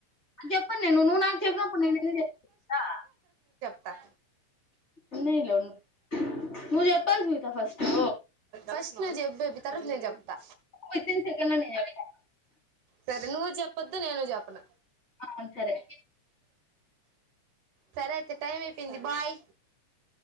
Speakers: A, on the left; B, on the right.
A: అది జెప్పను నేను నువ్వు నాకు చెప్పనప్పుడు నేను ఎందుకు చెప్తా
B: త
A: ఉన్నాయిలే ఉండు. నువ్వు చెప్పాలి సునీత ఫస్టు.
B: ఫస్ట్ నువ్వు జెప్పు ఇ తర్వాత నేన్ జెప్తా
A: వితిన్ సెకండ్‌లో నేను చెప్తా.
B: సరే నువ్వు జెప్పొ నేను జెపన
A: ఔన్ సరే
B: సరే అయితే టైం అయిపోయింది బాయ్